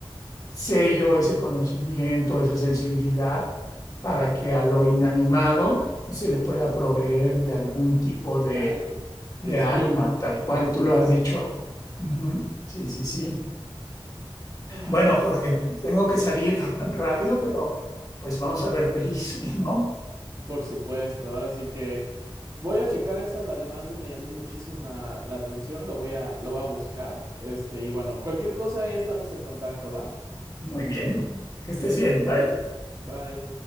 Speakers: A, on the left; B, on the right.
A: sello ese conocimiento, esa sensibilidad, para que a lo inanimado se le pueda proveer de algún tipo de,
B: de alma, de
A: de
B: espíritu,
A: alma, tal cual
B: de mensaje.
A: tú lo has dicho.
B: Ajá.
A: Ujú, Sí, sí, sí.
B: Ah,
A: Bueno, Jorge, tengo que salir rápido, pero pues vamos a ver pelis, <laughs> ¿no?
B: por supuesto, ahora sí que voy a checar esa, la de Madwood me llamó muchísima la atención, lo voy a, lo voy a buscar. Este, y bueno, cualquier cosa ahí estamos en contacto, ¿va?
A: Muy bien. Que estés bien. Bye.
B: Bye.